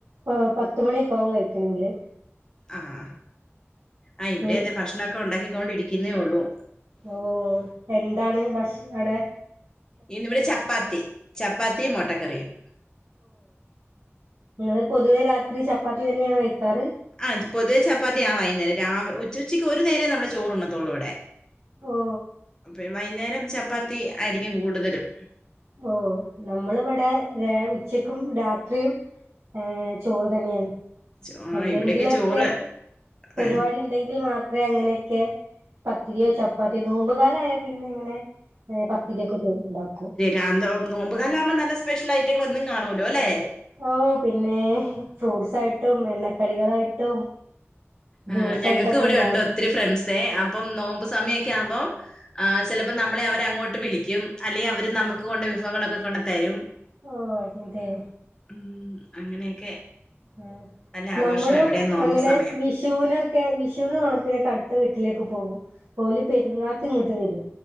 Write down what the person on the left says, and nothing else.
ആഹാ ആഹ് ഇവടെയൊക്കെ
അതെ ഭക്ഷണംക്കെ ഉണ്ടാക്കിക്കൊണ്ടിരിക്കുന്നതെ ഒള്ളൂ
ഇന്നിവിടെ ചപ്പാത്തി ചപ്പാത്തിയും മൊട്ടക്കറിയും
ആഹ് പൊതുവ ചപ്പാത്തി ആണ് വൈന്നേരം, രാവ ഉച്ച ഉച്ചയ്ക്ക് ഒര് നേരെ നമ്മള് ചോറ് ഉണ്ണത്തൊള്ളൂ ഇവടെ
അപ്പളും വൈന്നേരം ചപ്പാത്തി ആയിരിക്കും കൂടുതലും
ചോ ആ
ഇവിടെയൊക്കെ ചോറ്
ആ
ഞാൻന്തോ നോമ്പുകാലകുമ്പോ നല്ല സ്പെഷ്യലയ്റ്റങ്ങള് ഒന്നും കാണുല്ലോ ല്ലെ
ആഹ്
ഞങ്ങൾക്ക്
ഇവടെ
ഉണ്ടോ ഒത്തിരി ഫ്രണ്ട്സേ അപ്പം നോമ്പ് സമയൊക്കെ ആവുമ്പോ ആഹ് ചെലപ്പോം നമ്മളെ അവര് അങ്ങോട്ട് വിളിക്കും അല്ലെങ്കിൽ അവര് നമ്മക്ക് കൊണ്ട് വിഭവങ്ങളൊക്കെ കൊണ്ട്‌ തരും
ഹ്മ്മ് അങ്ങനെയൊക്കെ
നല്ല ആഘോഷാ
ഇവിടെയും നോമ്പ്
സമയം